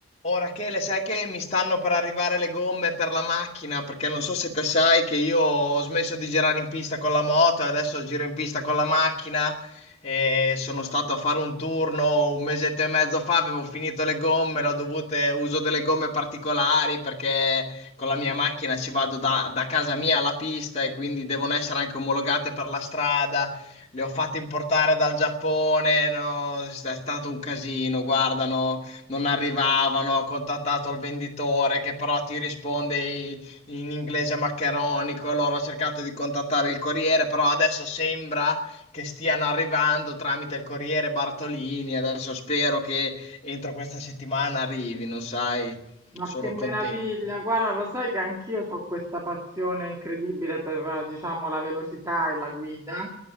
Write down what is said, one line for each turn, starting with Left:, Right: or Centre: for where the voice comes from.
Left: Oh Rachele, sai che mi stanno per arrivare le gomme per la macchina, perché non so se te sai che io ho smesso di girare in pista con la moto, e adesso giro in pista con la macchina e sono stato a fare un turno un mesetto e mezzo fa, avevo finito le gomme, l'ho dovute, uso delle gomme particolari perché con la mia macchina ci vado da, da casa mia alla pista e quindi devono essere anche omologate per la strada, le ho fatte importare dal Giappone, no, è stato un casino, guardano non arrivavano, ho contattato il venditore che però ti risponde i- in inglese maccheronico, allora ho cercato di contattare il corriere, però adesso sembra che stiano arrivando tramite il corriere Bartolini, adesso spero che entro questa settimana arrivino, sai,
Right: Ma
Left: sono
Right: che meraviglia!
Left: contento.
Right: Guarda, lo sai che anch'io ho questa passione incredibile per, eh, diciamo, la velocità e la guida